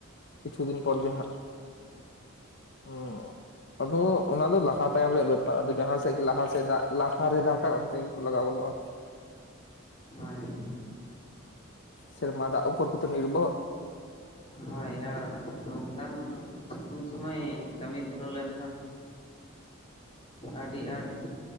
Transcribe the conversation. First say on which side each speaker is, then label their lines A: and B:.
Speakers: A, on the left; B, on the left.
A: ᱠᱤᱪᱷᱩ ᱫᱤᱱ ᱯᱚᱨ ᱜᱮ ᱦᱟᱸᱜ᱾ ᱚᱸ ᱟᱫᱚ ᱚᱱᱟ ᱫᱚ ᱞᱟᱦᱟ ᱛᱟᱭᱚᱢ ᱨᱮᱭᱟᱜ ᱵᱮᱯᱟᱨ ᱟᱫᱚ ᱡᱟᱦᱟᱸ ᱥᱮᱜ ᱜᱮ ᱞᱟᱦᱟ ᱥᱮᱜ ᱫᱟᱜ ᱞᱟᱦᱟᱨᱮ ᱫᱟᱜᱟ ᱚᱱᱛᱮ ᱜᱮᱠᱚ ᱞᱟᱜᱟᱣ ᱜᱚᱫᱚᱜᱼᱟ᱾
B: ᱦᱚᱭ
A: ᱥᱮᱨᱢᱟ ᱫᱟᱜ ᱩᱯᱚᱨ ᱜᱮᱛᱚ ᱱᱤᱨᱵᱷᱚᱨ᱾
B: ᱦᱳᱭ ᱟᱨ ᱱᱚᱝᱠᱟᱱ ᱥᱤᱛᱩᱝ ᱥᱩᱢᱟᱭ ᱠᱟᱹᱢᱤ ᱫᱷᱩᱨᱟᱹᱣ ᱞᱮᱱᱠᱷᱟᱱ ᱟᱹᱰᱤ ᱟᱴ